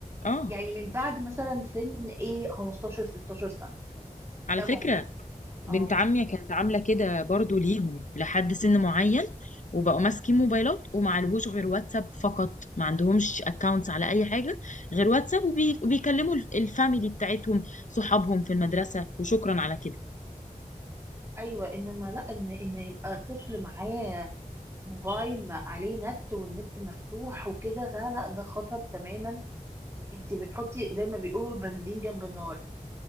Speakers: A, on the left; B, on the right.
A: اه
B: يعني من بعد مثلا سن ايه 15 16 سنة ده
A: على فكره
B: ممكن اه
A: بنت عمي كانت عاملة كده برضو ليهم لحد سن معين وبقوا
B: اه
A: ماسكين موبايلات وما عليهوش غير واتساب فقط ما عندهمش اكونتس على اي حاجة غير واتساب وبي... وبيكلموا الف- الفاميلي بتاعتهم صحابهم في المدرسة وشكرا على كده
B: ايوه انما لا ان ان يبقى الطفل معاه موبايل ما عليه نت والنت مفتوح وكده لا لا ده خطر تماما انت بتحطي زي ما بيقولوا البنزين جنب النار